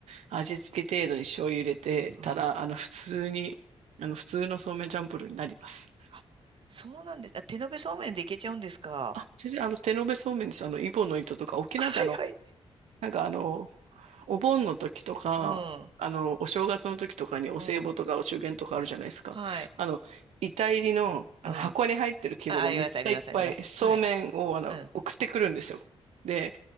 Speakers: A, on the right (about 85°); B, on the right (about 55°).
A: 味付け程度に醤油入れてたら、
B: うん
A: あの、普通に、あの、普通のそうめんチャンプルーになります。
B: あ、そうなんです。あ、手延べそうめんでいけちゃうんですか。
A: あ、先生、あの、手延べそうめんです。あの、イボの糸とか、沖縄ってあの、
B: <laughs> はい、はい。
A: なんかあの、お盆の時とか、
B: うん、
A: あの、お正月の時とかにお歳暮とかお中元とかあるじゃないですか。
B: うん。はい。
A: あの、遺体入りの、
B: うん。
A: あの箱に入ってる規模がめっちゃいっぱいそうめんをあの送ってくるんですよ。
B: あ、あります、あります、あります。はい。うん。
A: で、